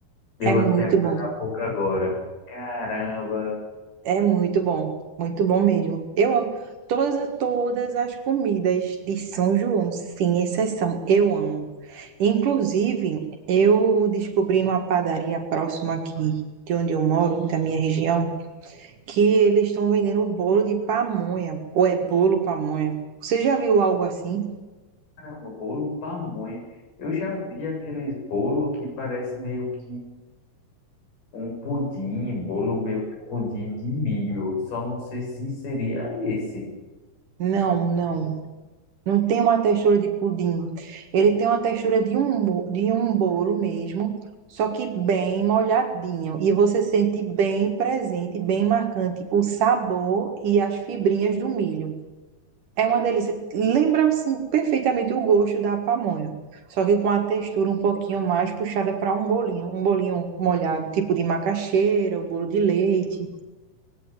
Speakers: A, on the left; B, on the right.
A: Deu
B: é muito
A: até água
B: bom,
A: na boca agora. Caramba,
B: é muito bom, muito bom mesmo. Eu amo todas, todas as comidas de São João, sem exceção, eu amo. Inclusive, eu descobri numa padaria próxima aqui de onde eu moro, da minha região, que eles estão vendendo bolo de pamonha, ou é bolo pamonha. Você já viu algo assim?
A: caramba, bolo pamonha. Eu já vi aqueles bolo que parece meio que um pudim, bolo meio que pudim de milho. Só não sei se seria esse.
B: Não, não. Não tem uma textura de pudim. Ele tem uma textura de um, mo- de um bolo mesmo, só que bem molhadinho. E você sente bem presente, bem marcante o sabor e as fibrinhas do milho. É
A: Poxa,
B: uma delícia. Lembra assim, perfeitamente o gosto da pamonha. Só que com a textura um pouquinho mais puxada para um bolinho. Um bolinho molhado, tipo de macaxeira, o bolo de leite.